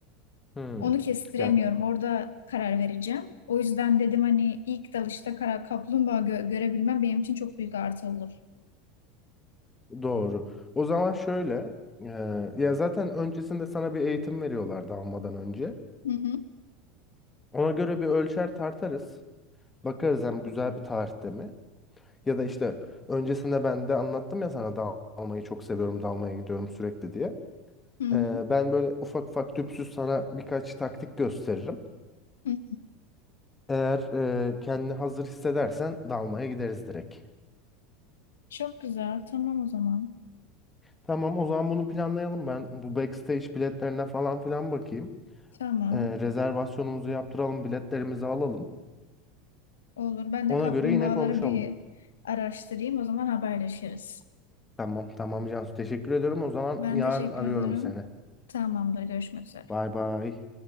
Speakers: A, on the left; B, on the left.
A: Hı.
B: Onu kestiremiyorum.
A: Ya
B: Orada karar vereceğim. O yüzden dedim hani ilk dalışta kara kaplumbağa gö- görebilmem benim için çok büyük artı olur.
A: doğru. O zaman şöyle, e, ya zaten öncesinde sana bir eğitim veriyorlar dalmadan önce.
B: Hı hı,
A: Ona göre bir ölçer tartarız. Bakarız hem güzel bir tarihte mi? Ya da işte öncesinde ben de anlattım ya sana dalmayı çok seviyorum, dalmaya gidiyorum sürekli diye.
B: hı hı,
A: Ee, ben böyle ufak ufak tüpsüz sana birkaç taktik gösteririm.
B: hı.
A: Eğer e, kendini hazır hissedersen dalmaya gideriz direkt.
B: Çok güzel. Tamam o zaman.
A: Tamam o zaman bunu planlayalım ben. Bu backstage biletlerine falan filan bakayım.
B: Tamam.
A: Ee, rezervasyonumuzu yaptıralım, biletlerimizi alalım.
B: Olur. Ben
A: Ona
B: de kaplumbağaları
A: göre yine konuşalım.
B: bir araştırayım. O zaman haberleşiriz.
A: Tamam tamam Cansu teşekkür ediyorum. O zaman
B: Ben
A: yarın
B: teşekkür
A: arıyorum
B: ederim.
A: seni.
B: Tamamdır. Görüşmek üzere.
A: Bay bay.